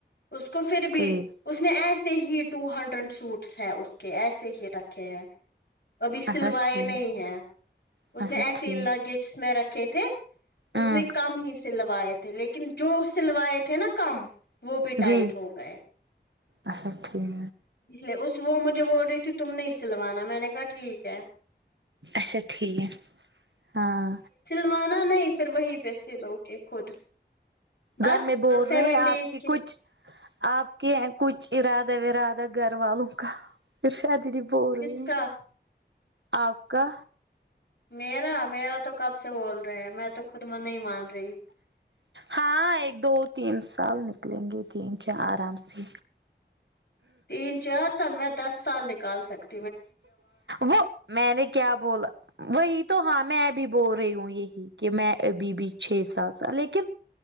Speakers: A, on the left (about 65°); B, on the right (about 80°).
A: اس کو پھر بھی
B: ٹھیک
A: اس نے ایسے ہی ٹو ہنڈریڈ سوٹس ہیں اس کے ایسے ہی رکھے ہیں ابھی سلوائے
B: اچھا ٹھیک
A: نہیں ہیں اس
B: اچھا
A: نے ایسے
B: ٹھیک
A: ہی لگٹس میں رکھے تھے
B: ہاں
A: اس نے کم ہی سلوائے تھے لیکن جو سلوائے تھے نا کم وہ بھی ٹائٹ
B: جی
A: ہو گئے
B: اچھا ٹھیک
A: اس لیے اس وہ مجھے بول رہی تھی تم نے سلوانا میں نے کہا ٹھیک ہے
B: اچھا ٹھیک ہے ہاں
A: مانا نہیں پھر وہی پہ سلو گے خود بس
B: گھر میں بول
A: سیون
B: رہے ہیں
A: ڈیز
B: آپ کے کچھ آپ کے کچھ ارادہ ورادہ گھر والوں کا پھر شادی بول رہی
A: کس
B: ہیں
A: کا
B: آپ کا
A: میرا میرا تو کب سے بول رہے ہے میں تو خود من نہیں مان رہی
B: ہاں ایک دو تین سال نکلیں گے تین چار آرام سے
A: تین چار سال میں دس سال نکال سکتا ہو
B: وہ میں نے کیا بولا وہی تو ہاں میں بھی بول رہی ہوں یہی کہ میں ابھی بھی چھ ساتھ سال لیکن